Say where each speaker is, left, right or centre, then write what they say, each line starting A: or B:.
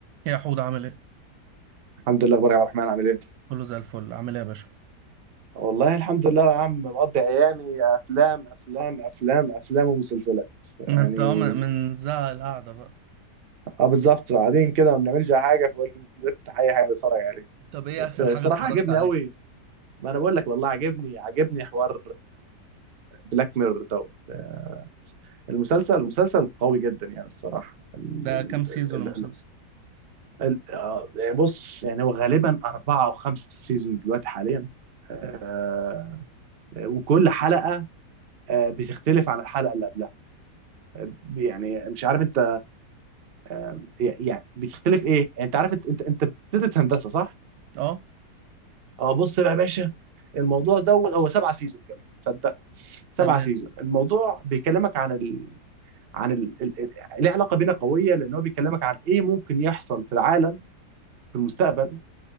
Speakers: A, on the right; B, on the right.
A: يا حود عامل ايه؟
B: الحمد لله اخبارك يا عبد الرحمن عامل ايه
A: كله زي الفل عامل ايه يا باشا؟
B: والله الحمد لله يا عم مقضي ايامي افلام افلام افلام افلام ومسلسلات يعني
A: ما انت اه من من زهق القعدة بقى
B: اه بالظبط قاعدين كده ما بنعملش اي حاجه فقلت افتح اي حاجه اتفرج عليه
A: طب ايه
B: بس
A: اخر
B: الصراحه
A: حاجة اتفرجت
B: عجبني
A: عليها؟
B: قوي ما انا بقول لك والله عجبني عجبني حوار بلاك ميرور دوت آه، المسلسل المسلسل قوي جدا يعني الصراحه ال
A: ده
B: ال
A: كام سيزون
B: ال
A: المسلسل؟
B: ال ال- آه، يعني بص يعني هو غالبا اربعه او خمس سيزون دلوقتي حاليا آه، وكل حلقه آه، بتختلف عن الحلقه اللي قبلها آه، يعني مش عارف انت آه، يعني بتختلف ايه يعني انت عارف انت انت انت بتدرس هندسه صح
A: اه
B: اه بص بقى يا باشا الموضوع دوت هو سبعة سيزون كمان صدق سبعة
A: تمام
B: سيزون الموضوع بيكلمك عن ال... عن ال... ال... ال- ليه علاقه بينا قويه لان هو بيكلمك عن ايه ممكن يحصل في العالم في المستقبل